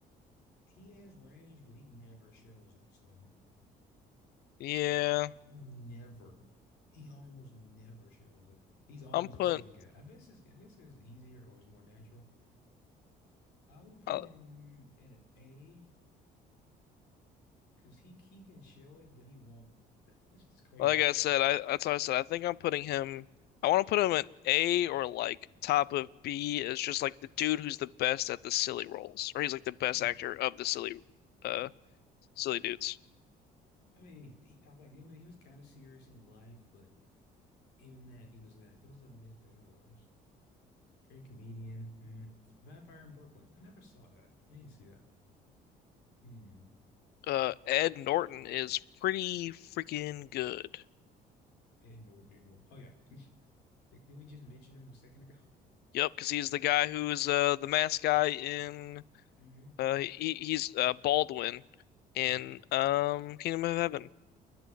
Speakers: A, on the left; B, on the left.
A: He has range, but he never shows it. So
B: Yeah.
A: never. He almost never shows it. He's always
B: I'm putting,
A: a sit guy. I guess it's I guess it's easier or it's more natural. I will put
B: uh,
A: him at an A because he he can show it, but he won't. <laughs> It's crazy.
B: like I said, I that's what I said. I think I'm putting him. I want to put him at A or like top of B is just like the dude who's the best at the silly roles, or he's like the best
A: <laughs> I
B: actor of the silly, uh, silly dudes.
A: mean, he, I like. I mean, he was kind of serious in life, but even that, he was. uh, It was uh, one of his better roles. Great comedian. Hmm. Vampire in Brooklyn. I never saw that. I need to see that. Hmm.
B: Uh, Ed Norton is pretty freaking good.
A: Ed Norton. Ed Norton. Oh yeah. Did, did we just mention him a second ago? <laughs>
B: Yep, because he's the guy who is uh the mask guy in
A: hmm
B: uh he, he's uh Baldwin in
A: hmm
B: um Kingdom of Heaven.